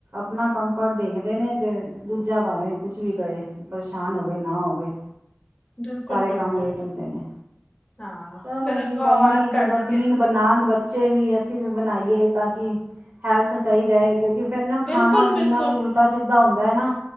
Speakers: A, on the right (about 55°); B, on the left (about 20°).
A: ਆਪਣਾ ਕੰਫਰਟ ਦੇਖਦੇ ਨੇ, ਤੇ ਦੂਜਾ ਭਾਵੇਂ ਕੁਛ ਵੀ ਕਹੇ। ਪਰੇਸ਼ਾਨ ਹੋਵੇ ਨਾ ਹੋਵੇ,
B: ਬਿਲਕੁਲ
A: ਸਾਰੇ
B: ਬਿਲਕੁਲ
A: ਕੰਮ ਲੇਟ ਹੁੰਦੇ ਨੇ।
B: ਹਾਂ
A: ਚਲੋ
B: ਫੇਰ
A: ਜੀ
B: ਅੱਗੋਂ
A: ਕੋਈ
B: ਆਵਾਜ਼
A: ਨੀ ਇੱਕ
B: ਕਰ
A: ਰੋਟੀਨ
B: ਦੇਣਗੇ
A: ਬਨਾਨ ਬੱਚ ਇਹ ਵੀ ਅਸੀਂ ਵੀ ਬਣਾਈਏ, ਤਾਂ ਕਿ ਹੈਲਥ ਸਹੀ ਰਹੇ ਕਿਉਂਕਿ ਫਿਰ ਨਾ ਖਾਣਾ
B: ਬਿਲਕੁਲ
A: ਪੀਣਾ
B: ਬਿਲਕੁਲ
A: ਵੀ ਉਲਟਾ ਸਿਧਾ ਹੁੰਦਾ ਹੈ ਨਾ।